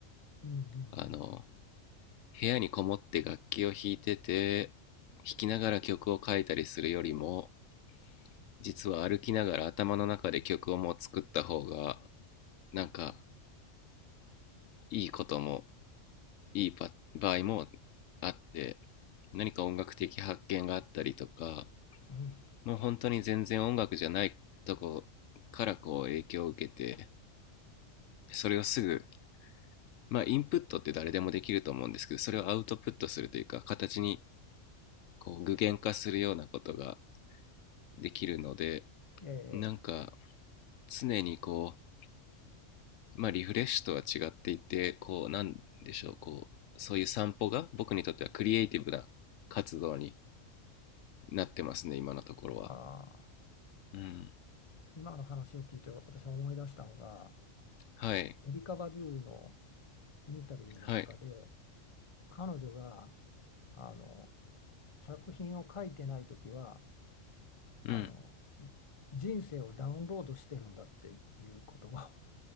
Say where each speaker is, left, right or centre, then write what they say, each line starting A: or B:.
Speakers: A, on the left; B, on the left.
A: うん、
B: あの、部屋にこもって楽器を弾いてて、弾きながら曲を書いたりするよりも、実は歩きながら頭の中で曲をもう作った方がなんかいいこともいいパ場合もあって何か音楽的発見があったりとか
A: うん、うん。
B: もう本当に全然音楽じゃないとこからこう影響を受けてそれをすぐまあインプットって誰でもできると思うんですけどそれをアウトプットするというか形にこう具現化するようなことができるので
A: ええ
B: なんか常にこうまあリフレッシュとは違っていてこうなんでしょうこうそういう散歩が僕にとってはクリエイティブな活動になってますね今のところは
A: ああ、
B: うん
A: 今の話を聞いて私は思い出したのが、
B: はい
A: エリカ・バドゥのインタビューの中で、
B: はい
A: 彼女が、あの、作品を書いてない時は、
B: うん
A: あの、人生をダウンロードしてるんだっていう言葉を